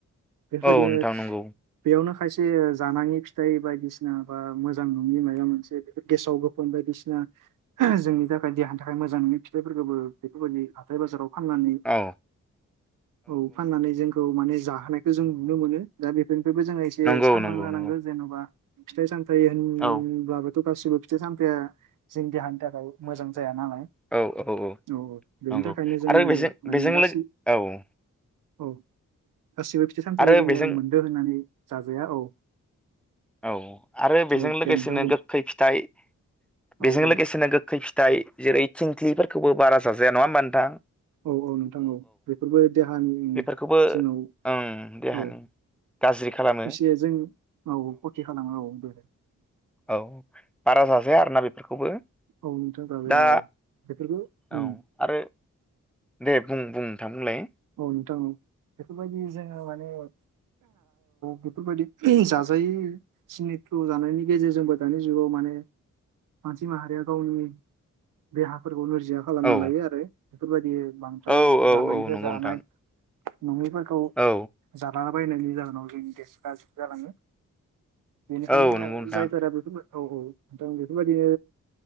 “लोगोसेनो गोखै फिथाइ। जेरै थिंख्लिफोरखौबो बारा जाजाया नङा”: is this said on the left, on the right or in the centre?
Centre